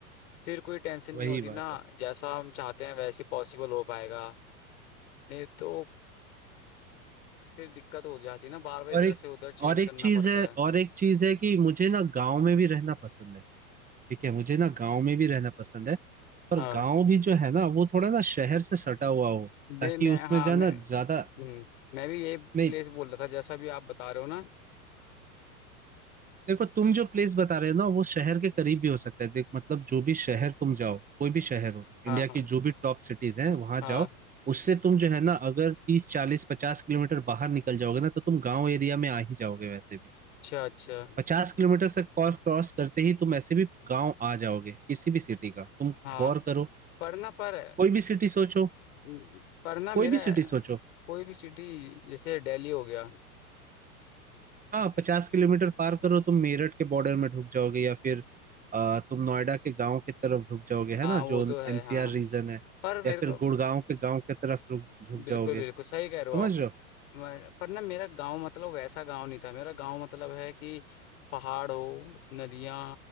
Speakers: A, on the left (about 65°); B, on the right (about 20°).
A: फिर कोई टेंशन नहीं
B: वही
A: होती
B: बात
A: ना
B: है
A: जैसा हम चाहते हैं वैसे पॉसिबल हो पाएगा नहीं तो फिर दिक्कत हो जाती है ना बार बार इधर
B: और एक
A: से उधर चेंज
B: और एक
A: करना
B: चीज
A: पड़ता
B: है
A: है
B: और एक चीज है कि मुझे ना गांव में भी रहना पसंद है ठीक है मुझे ना गांव में भी रहना पसंद है पर
A: हाँ
B: गांव भी जो है ना वो थोड़ा ना शहर से सटा हुआ हो
A: मैं
B: ताकि
A: मैं
B: उसमें
A: हाँ
B: जाना
A: मैं
B: ज्यादा
A: हम्म मैं भी यही
B: नहीं
A: प्लेस बोल रहा था जैसा भी आप बता रहे हो ना
B: देखो तुम जो प्लेस बता रहे हो ना वो शहर के करीब भी हो सकता है देख मतलब जो भी शहर तुम जाओ कोई भी शहर हो
A: हाँ
B: इंडिया
A: हाँ
B: की जो भी टॉप सिटीज हैं वहां
A: हाँ
B: जाओ उससे तुम जो है ना अगर तीस चालीस पचास किलोमीटर बाहर निकल जाओगे ना तो तुम गांव एरिया में आ ही जाओगे वैसे भी
A: अच्छा अच्छा
B: पचास किलोमीटर से क्रॉस क्रॉस करते ही तुम ऐसे भी गांव आ जाओगे किसी भी सिटी का तुम
A: हाँ
B: गौर करो
A: पर ना पर
B: कोई भी सिटी सोचो
A: हम्म, पर ना मेरा
B: कोई भी सिटी सोचो
A: कोई भी सिटी जैसे दिल्ली हो गया
B: हाँ पचास किलोमीटर पार करो तुम मेरठ के बॉर्डर में ढुक जाओगे या फिर अ, तुम नोएडा के गांव की तरफ ढुक जाओगे है
A: हाँ
B: ना
A: वो
B: जो
A: तो है
B: एनसीआर
A: हाँ
B: रीजन है
A: पर मेरे
B: या फिर
A: को
B: गुड़गांव के गांव की तरफ रुक- ढुक
A: बिल्कुल
B: जाओगे
A: बिल्कुल सही कह रहे
B: समझ
A: हो आप
B: रहे हो
A: मैं- पर ना मेरा गांव मतलब वैसा गांव नहीं था मेरा गांव मतलब है कि पहाड़ हो नदियां